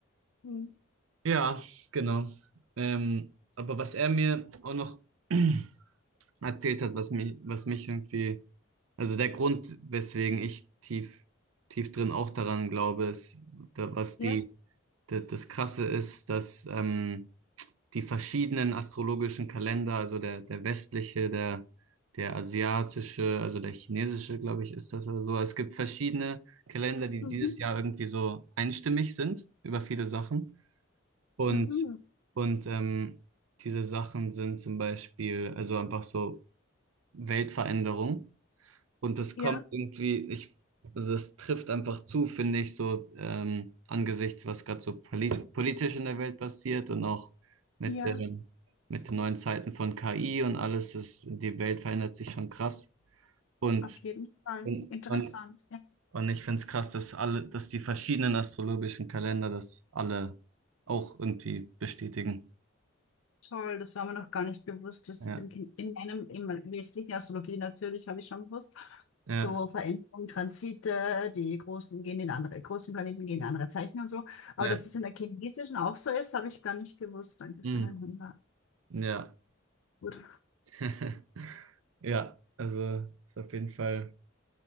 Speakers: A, on the left; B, on the right.
A: Mhm.
B: Ja, genau. Ähm, aber was er mir auch noch <clears throat> erzählt hat, was mich, was mich irgendwie, also der Grund, weswegen ich tief, tief drin auch daran glaube, ist, da, was die,
A: Ja.
B: da, das Krasse ist, dass ähm, die verschiedenen astrologischen Kalender, also der, der westliche, der, der asiatische, also der chinesische, glaube ich, ist das oder so. Es gibt verschiedene Kalender, die
A: Mhm.
B: dieses Jahr irgendwie so einstimmig sind über viele Sachen. Und,
A: Mhm.
B: und ähm, diese Sachen sind zum Beispiel, also einfach so Weltveränderung. Und das
A: Ja,
B: kommt irgendwie, ich, also das trifft einfach zu, finde ich, so ähm, angesichts, was gerade so polit politisch in der Welt passiert und auch mit
A: ja,
B: dem, mit den neuen Zeiten von KI und alles, ist, die Welt verändert sich schon krass. Und,
A: auf jeden Fall.
B: und,
A: Interessant.
B: und,
A: Ja.
B: und ich finde es krass, dass alle, dass die verschiedenen astrologischen Kalender das alle auch irgendwie bestätigen.
A: Toll, das war mir noch gar nicht bewusst, dass
B: Ja,
A: das im, Kin- in meinem, im westlichen Astrologie natürlich, habe ich schon gewusst,
B: ja,
A: so Veränderungen, Transite, die großen gehen in andere, großen Planeten gehen in andere Zeichen und so.
B: ja,
A: Aber dass das in der chinesischen auch so ist, habe ich gar nicht gewusst. Danke
B: mm,
A: für deinen Hinweis.
B: ja.
A: Gut.
B: <laughs> Ja, also ist auf jeden Fall.